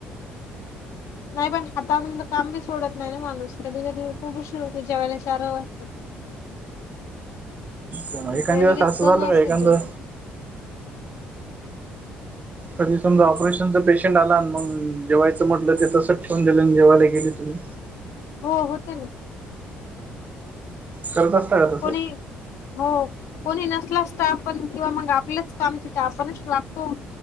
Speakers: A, on the left; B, on the right.
A: नाही पण हातामधल काम बी सोडत नाही, ना माणूस कधी, कधी खूप उशीर होतो जेवायला चार अ वाजतात.
B: त म एखांदिवस
A: कधी
B: असं
A: कधी दोन
B: झालं
A: वाजताच
B: का एखांदं
A: जेवते
B: कधी समजा ऑपरेशनच पेशंट आला ना मंग जेवायचं म्हटलं, ते तसंच ठीवून दिलं न जेवायला गेले तुम्ही.
A: हो होते ना.
B: करत असता का तस.
A: कोणी हो कोणी नसलास स्टाफ, पण किंवा मग आपलीच कामचे ते आपणच वागतो.